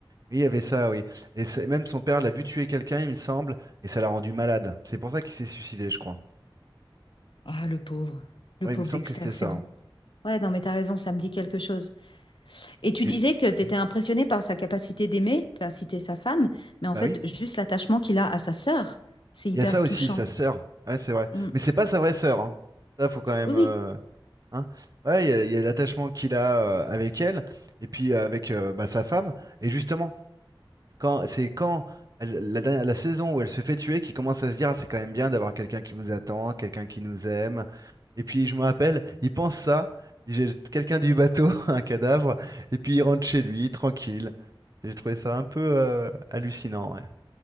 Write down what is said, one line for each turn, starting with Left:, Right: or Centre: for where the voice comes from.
Right: Oui, il y avait ça, oui. Et c'est- même son père l'a vu tuer quelqu'un, il me semble, et ça l'a rendu malade. C'est pour ça qu'il s'est suicidé, je crois.
Left: Ah, le pauvre, le
Right: Oui,
Left: pauvre
Right: il me semble
Left: Dexter,
Right: que c'était
Left: c'est
Right: ça.
Left: bon.
Right: hein.
Left: Ouais, non, mais t'as raison, ça me dit quelque chose. Et tu
Right: Et...
Left: disais que t'étais
Right: Oui.
Left: impressionnée par sa capacité d'aimer, t'as cité sa femme, mais en
Right: Bah
Left: fait,
Right: oui.
Left: juste l'attachement qu'il a à sa sœur, c'est hyper
Right: Il y a ça aussi,
Left: touchant.
Right: sa sœur. Ouais, c'est vrai.
Left: Mm.
Right: Mais c'est pas sa vraie sœur. Hein. Ça, faut quand même.
Left: Oui,
Right: euh,
Left: oui,
Right: hein. Ouais, il y a, il y a l'attachement qu'il a euh, avec elle et puis euh, avec euh, bah, sa femme. Et justement, quand c'est quand elle- la, dernière- la saison où elle se fait tuer qui commence à se dire, Ah, c'est quand même bien d'avoir quelqu'un qui vous attend, quelqu'un qui nous aime. Et puis je me rappelle, il pense ça. il jette quelqu'un du bateau, <laughs> un cadavre, et puis il rentre chez lui tranquille. Et J'ai trouvé ça un peu euh, hallucinant. Ouais. Je sais